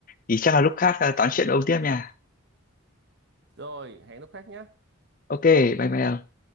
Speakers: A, on the left; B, on the right.
A: thì chắc là lúc khác à, tám chuyện ôm tiếp nha
B: rồi hẹn lúc khác nhé
A: ok bye bye